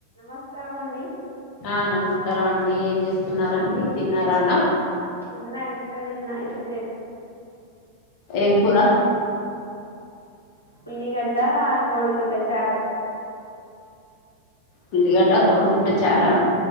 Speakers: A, on the left (about 80°); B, on the left (about 45°).
A: నమస్కారం అండి
B: ఆ నమస్కారం అండి ఏం చేస్తున్నారండి తిన్నారా అన్నం
A: తిన్నా ఇప్పుడే తిన్న ఇంతసేపు
B: ఏం కూరా
A: ఉల్లిగడ్డ కోడిగూడ్ల చారు
B: ఉల్లిగడ్డ కోడిగుడ్డు చారా